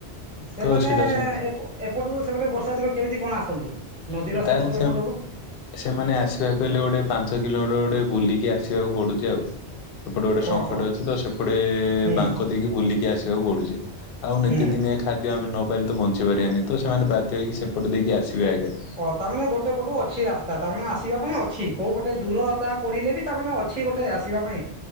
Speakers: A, in the centre; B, on the left.
A: ସେମାନେ
B: ତ ସେଇଟା
A: ଏପ ଏପଟକୁ ସେମାନେ ବର୍ଷା ଦିନରେ କେମିତି କଣ ଆସନ୍ତି? ନଦୀର
B: ତାହେଲେ
A: ସେପଟୁ
B: ସେ
A: ଏପଟକୁ
B: ସେମାନେ ଆସିବାକୁ ହେଲେ ଗୋଟେ ପାଞ୍ଚ କିଲୋମିଟର୍ ଗୋ ଟେ ବୁଲିକି ଆସିବାକୁ ପଡୁଚି ଆଉ। ସେପଟେ ଗୋଟେ ସଙ୍ଖ
A: ଓହୋ
B: ଟେ ଅଛି ତ ସେପଟେ
A: ହୁଁ
B: ବାଙ୍କ ଦେଇକି ବୁଲିକି ଆସିବାକୁ ପଡୁଚି। ଆଉ ନିତି
A: ହୁଁ
B: ଦିନିଆ ଖାଦ୍ୟ ଆମେ ନ ପାଇଲେ ତ ବଞ୍ଚିପାରିବାନି। ତ ସେମାନେ ବାଧ୍ୟ ହେଇକି ସେପଟେ ଦେଇକି ଆସିବେ ଆଜ୍ଞା।
A: ଅ, ତା ମାନେ ଗୋଟେ ପଟୁ ଅଛି ରାସ୍ତା ତାମାନେ ଆସିବା ପାଇଁ ଅଛି। କୋଉ ପଟେ ଦୂରତା ପଡିଲେ ବି ତା ମାନେ ଅଛି ଗୋ ଟେ ଆସିବା ପାଇଁ।